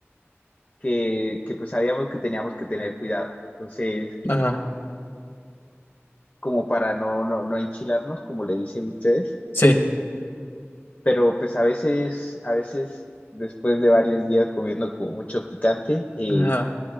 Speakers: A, on the left; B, on the left.
A: que, que pues sabíamos que teníamos que tener cuidado, entonces,
B: ajá,
A: como para no, no, no enchilarnos, como le dicen ustedes,
B: sí,
A: pero pues a veces, a veces, después de varios días comiendo como mucho picante, eh,
B: ajá.